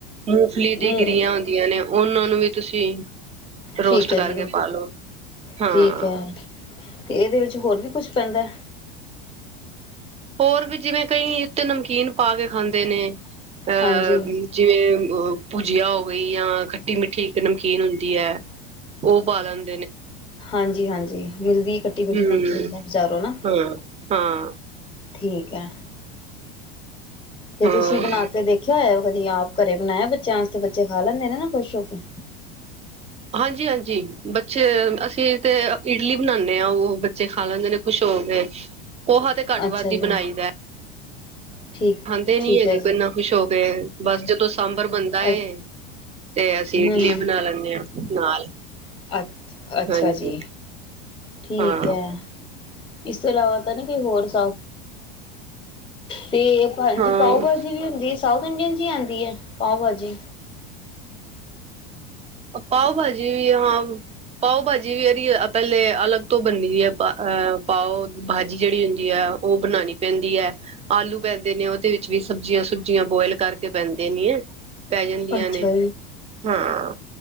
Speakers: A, on the right (about 20°); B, on the left (about 15°).
A: ਮੂੰਗਫਲੀ
B: ਮ
A: ਦੀ ਗਿਰਿਆ ਹੁੰਦੀਆਂ ਨੇ ਉਹਨਾਂ ਨੂੰ ਵੀ ਤੁਸੀਂ
B: ਠੀਕ
A: ਰੋਸਟ
B: ਹੈ
A: ਕਰਕੇ
B: ਜੀ,
A: ਪਾ ਲੋ ਹਾਂ
B: ਠੀਕ ਹੈ ਤੇ ਇਹਦੇ ਵਿੱਚ ਹੋਰ ਵੀ ਕੁਛ ਪੈਂਦਾ
A: ਹੋਰ ਵੀ ਜਿਵੇਂ ਕਈ ਉਤੇ ਨਮਕੀਨ ਪਾ ਕੇ ਖਾਂਦੇ ਨੇ ਅਹ
B: ਹਾਂਜੀ
A: ਜਿਵੇਂ ਭੁਜੀਆ ਹੋ ਗਈ ਜਾਂ ਖੱਟੀ ਮਿੱਠੀ ਇੱਕ ਨਮਕੀਨ ਹੁੰਦੀ ਹੈ ਉਹ ਪਾ ਲੈਣ
B: ਹਾਂਜੀ- ਹਾਂਜੀ ਮਿਲਦੀ ਖੱਟੀ ਮਿੱਠੀ
A: ਹਮ
B: ਨਮਕੀਨ ਤਾਂ ਬਜ਼ਾਰੋ ਨਾ
A: ਹਾਂ ਹਾਂ
B: ਠੀਕ ਹੈ, ਤੇ
A: ਹਾਂ
B: ਤੁਸੀਂ ਬਣਾ ਕੇ ਦੇਖਿਆ ਹੋਇਆ। ਵਧੀਆ ਆਪ ਘਰੇ ਬਣਾਇਆ ਬੱਚਿਆਂ ਆਸਤੇ, ਬੱਚੇ ਖਾ ਲੈਂਦੇ ਨੇ ਨਾ ਖੁਸ਼ ਹੋ ਕੇ
A: ਹਾਂਜੀ -ਹਾਂਜੀ ਬੱਚੇ ਅਸੀਂ ਤੇ ਇਡਲੀ ਬਣਾਂਦੇ ਆਂ ਉਹ ਬੱਚੇ ਖਾ ਲੈਂਦੇ ਨੇ ਖੁਸ਼ ਹੋ ਕੇ, ਪੋਹਾ ਤੇ ਘੱਟ
B: ਅੱਛਾ
A: ਵੱਧ ਹੀ
B: ਜੀ
A: ਬਣਾਈ ਦਾ
B: ਠੀਕ
A: ਖਾਂਦੇ
B: ਠੀਕ
A: ਨੀ ਹੈਗੇ
B: ਹੈ ਜੀ
A: <unintelligible> ਇੰਨਾ ਖੁਸ਼ ਹੋ ਕੇ <unintelligible> ਸਾਂਬਰ ਬਣਦਾ
B: ਹਮ
A: ਏ ਤੇ ਅਸੀਂ ਇਡਲੀ
B: ਹਮ
A: ਬਣਾ ਲੈਣੇ ਆ <unintelligible>
B: <unintelligible> ਅੱਛਾ
A: ਹਾਂਜੀ
B: ਜੀ ਠੀਕ
A: ਹਾਂ।
B: ਹੈ ਇਸ ਤੋਂ ਇਲਾਵਾ ਤਾਂ ਨੀ ਕੋਈ ਹੋਰ <unintelligible> ਤੇ <unintelligible>
A: ਹਾਂ।
B: ਪਾਓ ਭਾਜੀ ਵੀ ਹੁੰਦੀ ਏ ਸਾਊਥ ਇੰਡੀਅਨ ਚ ਆਂਦੀ ਹੈ, ਪਾਓ ਭਾਜੀ
A: ਪਾਓ ਭਾਜੀ ਵੀ ਹਾਂ ਪਾਓ ਭਾਜੀ ਵੀ ਇਹਦੀ ਪਹਿਲੇ ਅਲੱਗ ਤੋਂ ਬਣਦੀ ਹੈ, ਅਹ ਪਾਓ ਭਾਜੀ ਜਿਹੜੀ ਹੁੰਦੀ ਹੈ ਉਹ ਬਨਾਨੀ ਪੈਂਦੀ ਹੈ, ਆਲੂ ਪੈਂਦੇ ਨੇ ਉਹਦੇ ਵਿੱਚ ਵੀ ਸਬਜ਼ੀਆਂ ਸੁਬਜੀਆਂ ਬੋਇਲ ਕਰਕੇ ਪੈਂਦੇ ਨੇ ਪੈ ਜਾਂਦੀਆਂ
B: ਅੱਛਾ
A: ਨੇ,
B: ਜੀ
A: ਹਾਂ